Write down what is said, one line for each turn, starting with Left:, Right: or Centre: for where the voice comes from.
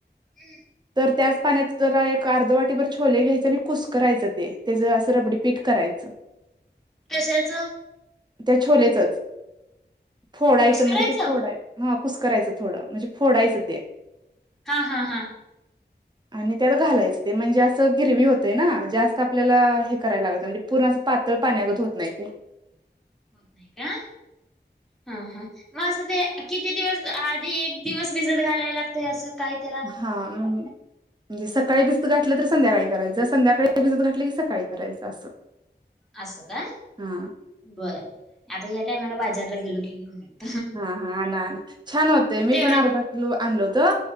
Centre: हम्म.
Right: तर त्याच पाण्यात जरा एक अर्ध वाटीभर छोले घ्यायचे आणि कुस्करायं ते तेज अस रबडी पीठ करायचं.
Centre: कशाचं?
Right: त्या छोलेचच. फोडायचं
Centre: कुसकरायचं
Right: म्हणजे ते फोडाय हा कुस्करायचं थोडं म्हणजे फोडायचं ते.
Centre: हा हा हा.
Right: आणि त्यात घालायचं ते म्हणजे असं गिरवी होतंय ना. जास्त आपल्याला हे करायला लागत नाही म्हणजे पूर्ण पातळ पाण्यागत होत नाही ते.
Centre: होत नाही का. हा हा. मग असं ते किती दिवस आधी एक दिवस भिजत घालायला ते असं काय त्याल
Right: हा. म्हण म्हणजे सकाळी भिजत घातलं तर संध्याकाळी करायचं, संध्याकाळी भिजत घातलं की सकाळी करायचं असं.
Centre: असं का?
Right: हा
Centre: बरं बर. आता या टायमाला बाजारला गेलो की घेऊन येतो.
Right: हा हा. आणा आणा छान होतंय. मी
Centre: तेवढं
Right: पण अर्धा किलो आणलवत.